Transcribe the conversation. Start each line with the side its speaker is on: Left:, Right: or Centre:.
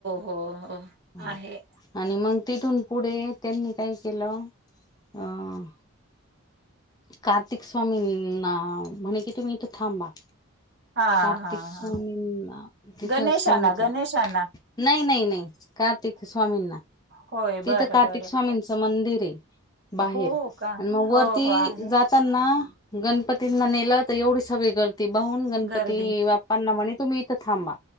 Right: हो हो
Left: ह
Right: आहे.
Left: आणि मग तिथून पुढे त्यांनी काय केलं अ- कार्तिक स्वामींना म्हणे की तुम्ही इथ थांबा.
Right: हा
Left: कार्तिक
Right: हा
Left: स्वामींना
Right: हा
Left: तिथं
Right: गणेशा
Left: सांगितलं
Right: ना गणेशा ना
Left: नाही नाही नाही कार्तिक स्वामींना.
Right: होय,
Left: तिथ
Right: बरं,
Left: कार्तिक
Right: बरं.
Left: स्वामींच मंदिर आहे बाहेर,
Right: हो का?
Left: आणि मग
Right: हो,
Left: वरती,
Right: हो, आहे.
Left: ना गणपतींना नेलं तर एवढी सगळी गर्ती बहून गणपती-
Right: गर्दी
Left: तेन्हा म्हणे तुम्ही इथं थांबा